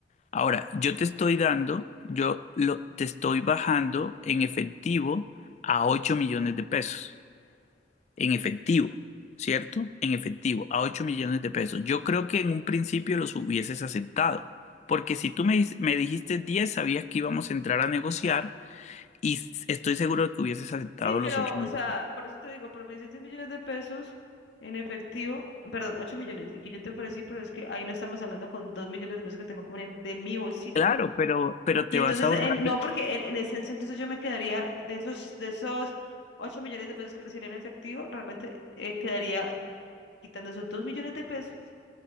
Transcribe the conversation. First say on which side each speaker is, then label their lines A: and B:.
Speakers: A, on the left (about 35°); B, on the left (about 70°).
A: Ahora, yo te estoy dando, yo lo, te estoy bajando en efectivo a 8 millones de pesos. En efectivo, ¿cierto? En efectivo, a 8 millones de pesos. Yo creo que en un principio los hubieses aceptado, porque si tú me, dis- me dijiste 10, sabías que íbamos a entrar a negociar y s- estoy seguro de que hubieses aceptado
B: Sí, pero,
A: los ocho
B: o
A: millones.
B: sea, por eso te digo, pero me dices 10 millones de pesos en efectivo, perdón, 8 millones, y que yo te ofrecí, pero es que ahí no estamos hablando con 2 millones de pesos que tengo que poner de mi bolsillo.
A: Claro, pero, pero
B: Y
A: te
B: entonces,
A: vas a ahorrar,
B: en- no, porque en, en esencia, entonces yo me quedaría de esos, de esos 8 millones de pesos que recibiría en efectivo, realmente eh, quedaría quitando esos 2 millones de pesos,